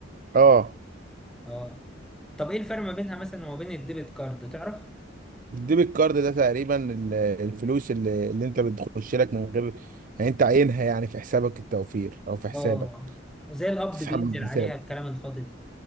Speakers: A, on the right; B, in the centre.
A: اه
B: اه طب ايه الفرق ما بينها مثلا وما بين الديبت كارد تعرف
A: الديبت كارد ده تقريبا ال- الفلوس اللي, اللي انت بتخش لك من غير يعني انت عينها يعني في حسابك التوفير او في حسابك
B: اه زي القبض
A: تسحب
B: بينزل
A: من حسابك
B: عليها الكلام الفاضي ده